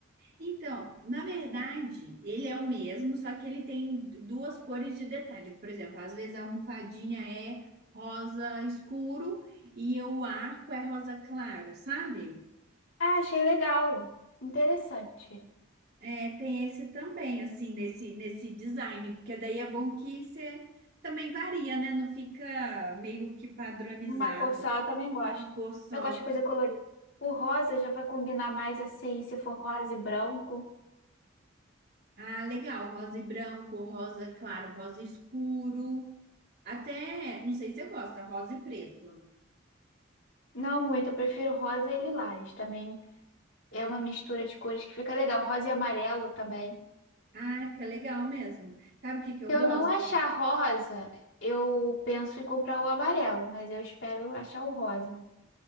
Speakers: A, on the right; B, on the left.
A: Então, na verdade, ele é o mesmo, só que ele tem duas cores de detalhe. Por exemplo, às vezes a almofadinha é rosa escuro e o arco é rosa claro, sabe?
B: Ah, achei legal. Interessante.
A: É, tem esse também, assim, nesse, nesse design, porque daí é bom que você também varia, né? Não fica meio que padronizado,
B: Numa cor só eu também gosto.
A: uma cor só.
B: Eu gosto de coisa colorida. O rosa já vai combinar mais assim, se for rosa e branco.
A: Ah, legal, rosa e branco, rosa claro, rosa escuro. Até, não sei se você gosta, rosa e preto.
B: Não muito, eu prefiro rosa e lilás. Também é uma mistura de cores que fica legal. Rosa e amarelo também.
A: Ai, fica legal mesmo. Sabe o que que eu
B: Se
A: gosto?
B: eu não achar rosa, eu penso em comprar o amarelo, mas eu espero achar o rosa.